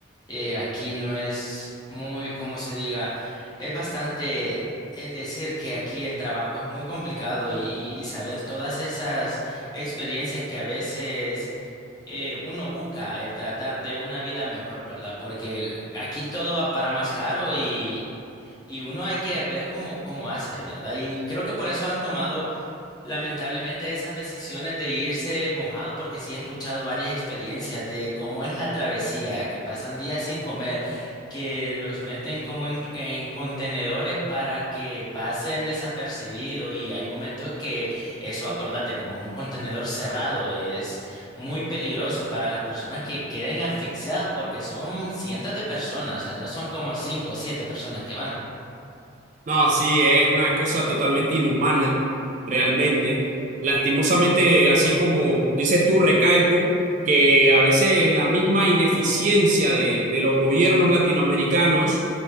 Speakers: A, on the left; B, on the right.
A: eh, aquí no es muy, como se diga, es bastante el decir que aquí el trabajo es muy complicado y, y- y saber todas esas experiencias que a veces... eh, uno busca el tratar de una vida mejor, ¿verdad? Porque aquí todo va para más caro y, y uno hay que ver cómo, cómo hace, ¿verdad? Y creo que por eso han tomado Lamentablemente esas decisiones de irse mojado, porque sí he escuchado varias experiencias de cómo es la travesía, que pasan días sin comer, que los meten como en, en contenedores para que pasen desapercibido y hay momentos que eso, acordate, como es un contenedor cerrado, es muy peligroso para las personas que queden asfixiadas porque son cientos de personas, o sea, no son como cinco o siete personas que van.
B: No, sí, es una cosa totalmente inhumana, realmente. Lastimosamente, así como dices tú, recalco que a veces la misma ineficiencia de, de los gobiernos latinoamericanos